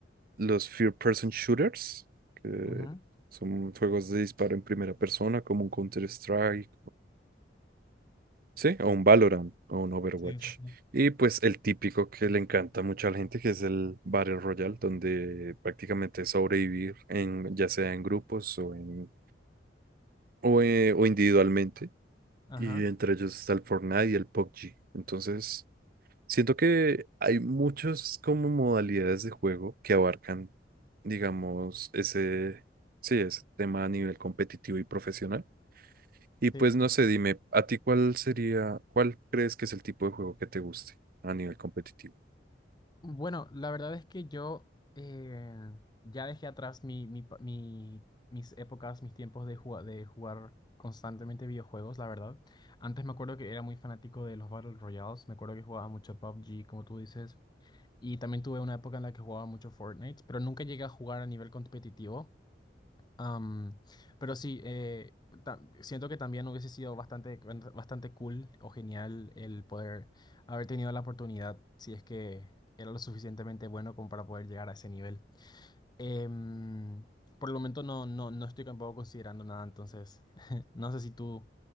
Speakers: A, on the right; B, on the left.
A: los Third Person Shooters, que
B: Ujú.
A: son juegos de disparo en primera persona, como un Counter-Strike, Sí, o un Valorant o un Overwatch.
B: Sí, sí, sí.
A: Y pues el típico que le encanta mucho a la gente, que es el Battle Royale, donde prácticamente es sobrevivir en, ya sea en grupos o en o, eh, o individualmente.
B: Ajá.
A: Y entre ellos está el Fortnite y el PUBG. Entonces, siento que hay muchas como modalidades de juego que abarcan, digamos, ese, sí, ese tema a nivel competitivo y profesional. Y pues
B: Sí.
A: no sé, dime, ¿a ti cuál sería, cuál crees que es el tipo de juego que te guste a nivel competitivo?
B: Bueno, la verdad es que yo eh, ya dejé atrás mi, mi pa- mi- mis épocas, mis tiempos de, juga- de jugar constantemente videojuegos, la verdad. Antes me acuerdo que era muy fanático de los Battle Royales, me acuerdo que jugaba mucho PUBG, como tú dices, y también tuve una época en la que jugaba mucho Fortnite, pero nunca llegué a jugar a nivel competitivo. Am, pero sí, eh, ta- siento que también hubiese sido bastante, bastante cool o genial el poder haber tenido la oportunidad, si es que era lo suficientemente bueno como para poder llegar a ese nivel. Em, por el momento no, no, no estoy tampoco considerando nada, entonces <laughs> no sé si tú,